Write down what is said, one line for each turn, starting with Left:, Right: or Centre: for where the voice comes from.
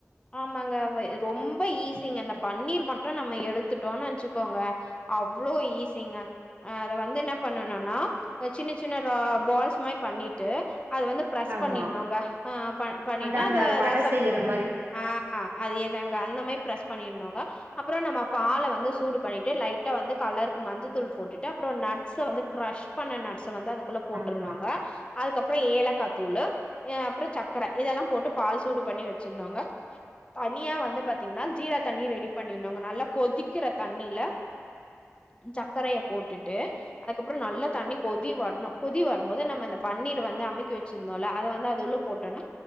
Left: ஆமாங்க ரொம்ப ஈஸிங்க இந்த பன்னீர் மட்டு நம்ம எடுத்துட்டோன்னு வெச்சுக்கோங்க அவ்ளோ ஈஸிங்க அத வந்து என்ன பண்ணனுனா சின்ன சின்ன பால்ஸ் மாரி பண்ணிட்டு அத வந்து ப்ரஸ்
Right: ஆமா
Left: பண்ணிருனுங்க ஆ பண்ணிட்டா
Right: அது அந்த
Left: அத
Right: வட
Left: ரசம்
Right: செய்யற மாரி
Left: ஆ அதேதாங்க அந்த மாரி பிரெஸ் பண்ணிருந்தோங்க அப்பறோ நம்ம பால வந்து சூடு பண்ணிட்டு லைட்டா வந்து கலருக்கு மஞ்ச தூள் போட்டுட்டு அப்றோ நட்ஸ வந்து க்ரஷ் பண்ண நட் வந்து அதுக்குள்ள போட்டுருனுங்க
Right: ஆமா
Left: அதுக்கப்புற ஏலக்கா து தூளு அப்பறோ சக்கர இதெல்லா போட்டு பால் சூடு பண்ணி வச்சிருந்தோங்க தனியா வந்து பாத்தீங்கனா ஜீரா தண்ணி ரெடி பண்ணினும்ங்க நல்லா கொதிக்கிற தண்ணியில சக்கரய போட்டுட்டு அதுக்கப்றோ நல்லா தண்ணி கொதி வரணு கொதி வரும் போது நம்ம அந்த பன்னீர் வந்து அமிக்கி வச்சிருந்தோல அத வந்து அது உள்ள போட்றணு